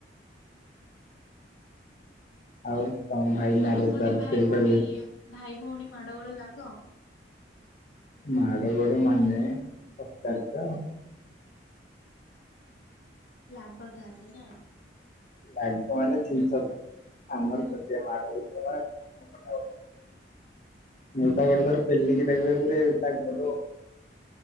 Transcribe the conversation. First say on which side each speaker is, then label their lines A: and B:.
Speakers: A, on the left (about 45°); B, on the left (about 85°).
A: ଆଉ ତମ ଭାଇ ମ୍ୟାରେଜ
B: ତମେ ଘରେ
A: ଫ୍ୟାରେଜ
B: ଭାଇ
A: କେବେ
B: ଭଉଣୀ
A: କରିବେ?
B: ଭାଇ ଭଉଣୀ ମାଡ ଗୋଳ ଲାଗ?
A: ମାଡ଼ ଗୋଡ଼ ମାନେ ପଚାରୁଚ।
B: ଲାଗ ତା ହେଲେ ନା।
A: ଲାଗ ମାନେ ଛୀନ ଛତର। ଆମର ଛୋଟିଆ ମାଡ ବି ଯଉ ଭଳିଆ ମୁଣ୍ଡ ଫଟା ଫଟି। ମୁ ତ ଗୋଟେ ଥରେ ପେଲିକି ତାକୁଏକାଥରେ ତା ଗୋଡ